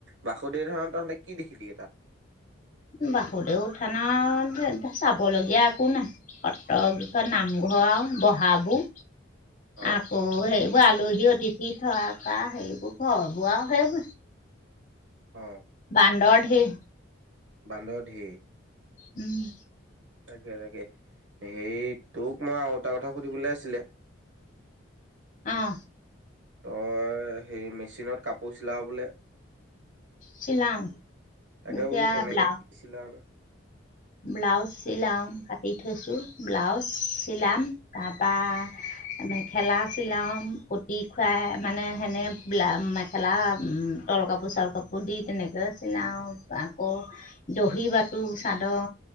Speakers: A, on the right (about 70°); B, on the left (about 40°).
A: বাসুদেৱ থানত তহঁতে কি দেখিলি তাত?
B: বাসুদেৱ থানত চাবলগীয়া একো নাই সত্ৰ নামঘৰ আৰু বহাবোৰ
A: অ
B: আকৌ হেই এইোৰ আলহী অতিথি থৰাকা সেইবোৰ ঘৰবোৰ আৰু সেইবোৰ
A: অ
B: বান্দৰ ধেৰ।
A: বান্দৰ ধেৰ।
B: উম',
A: তাকে -তাকে সেই তোক মই আৰু এটা কথা সুধিবলৈ আছিলে?
B: অ',
A: তই সেই', মেচিনত কাপোৰ চিলাৱ বোলে?
B: চিলাও
A: তাকে
B: এতিয়া
A: বোলো কেনেকে
B: ব্লাউজ
A: কি ছিলাও?
B: ব্লাউজ চিলাও কাটি থৈছো ব্লাউজ চিলাম তাত পা ', এমে ', মেখেলা চিলাওঁ পুটি খুৱাই মানে সেনো মেখেলা তল অম ', কাপোৰ চাল কাপোৰ দি তেনেকৈ চিলাওঁ আকৌ দহি বাতো চাদৰ